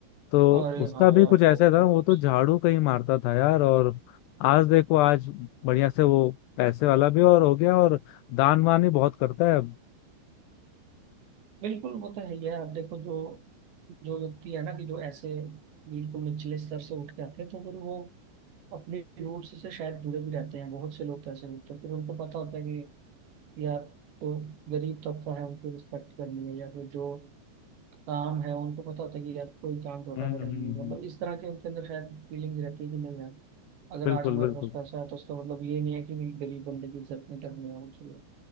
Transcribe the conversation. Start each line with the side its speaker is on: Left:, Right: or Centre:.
Left: तो
Right: अरे
Left: उसका
Right: हाँ
Left: भी
Right: यार
Left: कुछ ऐसा
Right: भाई
Left: था
Right: जबरदस्त
Left: वो तो झाड़ू कहीं मारता था यार और आज देखो आज बढ़िया से वो पैसे वाला भी और हो गया और दान वान ही बहुत करता है अब।
Right: बिल्कुल वो तो है ही है आप देखो जो जो व्यक्ति है ना कि जो ऐसे बिल्कुल निचले स्तर से उठ के आते हैं तो फिर वो अपने रूट्स से शायद जुड़े भी रहते हैं बहुत से लोग तो ऐसे होते हैं फिर उनको पता होता है कि यार तो गरीब तबका है उनकी रिस्पेक्ट करनी है या फिर जो काम है उनको पता होता है कि यार कोई काम छोटा
Left: हम्म
Right: बड़ा
Left: हम्म,
Right: नहीं
Left: हम्म।
Right: है मतलब इस तरह की उनके अंदर शायद फीलिंग्स रहती है कि नहीं यार अगर
Left: बिल्कुल
Right: आज हमारे
Left: बिल्कुल
Right: पास पैसा है तो उसका मतलब ये नहीं है कि भी गरीब बंदे की इज्जत नहीं करनी है मुझे